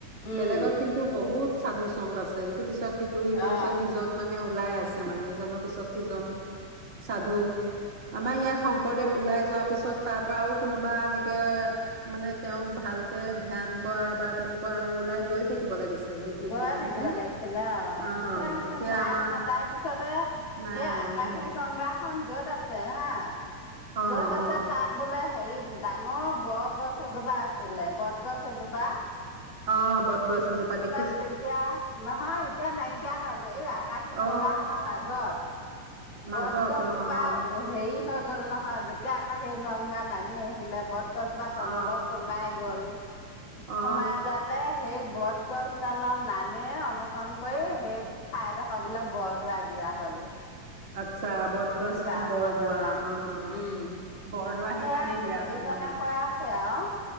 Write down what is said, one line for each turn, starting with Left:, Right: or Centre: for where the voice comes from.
Left: উম
Right: বেলেগত কিন্তু বহুত সাধু-শন্ত আছে, ইটো পিছত ইটো সিটো
Left: অ
Right: পিছত সিজন মা খাই আছে মানে, ইজনৰ পিছত সিজন সাধু, আমাৰ ইয়াত শংকৰদেৱ ওলাই যোৱা পিছত তাৰ পৰা আৰু কোনোবা এনেকে মানে তেওঁক ভালকে ধ্যান কৰা বা তেনেকুৱা আৰু ওলাই গৈ থাকিব লাগিছিল দেখি
Left: গৈয়ে
Right: শুনি
Left: থাকিব
Right: হয়নে
Left: লাগিছিল অহ,
Right: অ
Left: তেতিয়া
Right: এতিয়া
Left: নাই
Right: আমাৰ
Left: নহয় তাৰ পিছতে,
Right: নাই
Left: সেই আকাশী
Right: উম
Left: গংগা খন য'ত আছে হা
Right: অ
Left: য'ত আছে
Right: অ
Left: তাত বোলে হেৰি ডাঙৰ বৰগছ এজোপা আছিলে, বটগছ এজোপা
Right: অহ বটগছ এজোপা দেখি
Left: তাত যেতিয়া, নহয় এতিয়া নাইকিয়া হ'ল। এই আকাশী গংগা
Right: অ
Left: খনৰ মাজত,
Right: মাজত
Left: বটগছজোপা
Right: অ অ
Left: ওহ হেৰি হৈ গ'ল নহয় যেতিয়া আকাশী গংগা নামি আহিলে বট গছজোপা তললৈ
Right: অ
Left: সোমাই গ'ল।
Right: অ
Left: সোমাই যোৱাতে সেই বট গছ ডালৰ নামে অনুসৰণ কৰি সেই ঠাইডোখৰ বোলে বৰদোৱা দিয়া হ'ল।
Right: আচ্ছা, বটগছ
Left: গাঁওখনৰ
Right: বৰদোৱা
Left: নাম
Right: অহ
Left: উম
Right: বৰদোৱা
Left: সেয়া
Right: সেইকাৰণেই দিয়া
Left: হেৰিজনে
Right: হ'ল মানে
Left: কৈ আছে আৰু